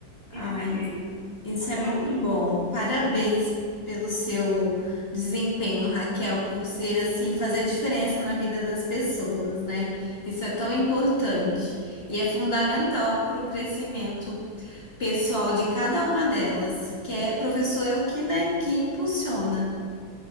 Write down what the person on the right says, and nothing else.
e fiquei
até
hoje.